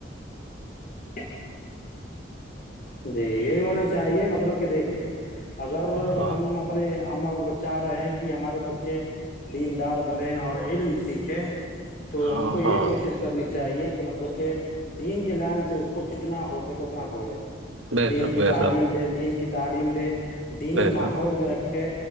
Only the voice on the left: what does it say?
<inaudible> جی یہ ہون چاہیے مطلب کہ دیکھیے اگر
ہم اپنے ہم چاہ رہے ہیں کہ ہمارے بچے دیندار بنے اور علم سیکھے تو
ہم کو یہ
کوشش کرنی چاہیے کہ مطلب کہ دین کے لائن سے اس کو جتنا ہو سکےتنا جوڑے
دین کی
تعلیم دے دین کی تعلیم دے دینی
ماحول میں رکھے